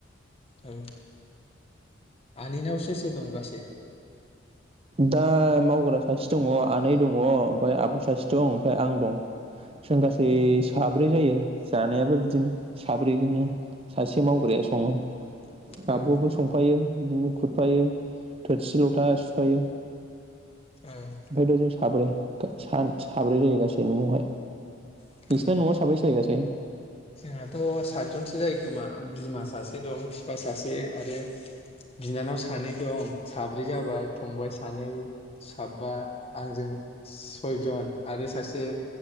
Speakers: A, on the left (about 30°); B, on the right (about 30°).
A: औ आनैनाव सोर सोर दं गासै
B: दा मावग्रा सासे दङ आनै दङ ओमफफ्राय आब' सासे दं ओमफफ्राय आं दं। जों गासै
A: औ
B: साब्रै जायो। जानायाबो बिदिनो साब्रैजोंनो सासे मावग्राया सङो।
A: औ
B: आब'आबो संफायो। बिदिनो खुरफायो थोरसि लथा सुफायो।
A: ओं
B: ओमफ्रायथ' जों साब्रै सान साब्रै जायो गासै न'आवहाय।
A: उम
B: बिसनो न'आव साबै सो गा <unintelligible>
A: जोंहाथ' सातजनसो जायोखोमा बिमा सासे दं बिफा सासे आरो बिनानाव सानै दं साब्रै जाबाय फंबाय सानै साबा आंजों सयजन आरो सासे